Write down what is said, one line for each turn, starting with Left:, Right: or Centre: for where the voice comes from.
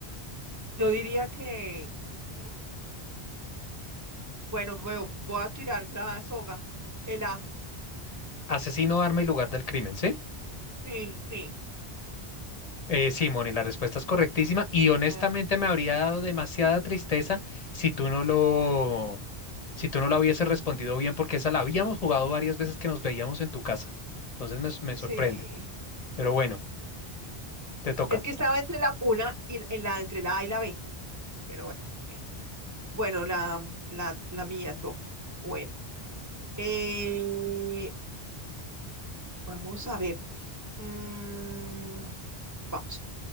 Right: Yo diría que, mm, bueno, me voy a tirar la soga. El A.
Left: Asesino, arma y lugar del crimen, ¿sí?
Right: Sí, sí.
Left: Eh, sí, Moni, la respuesta es correctísima y
Right: Eh,
Left: honestamente me habría dado demasiada tristeza si tú no lo, si tú no la hubieses respondido bien porque esa la habíamos jugado varias veces que nos veíamos en tu casa. Entonces me, me
Right: sí.
Left: sorprende. Pero bueno, te toca.
Right: Es que estaba entre la una y la, en la- entre la A y la B, pero bueno. bien. Bueno, la, mm, la, la mía top. Bueno. eh, vamos a ver. Mm, vamos.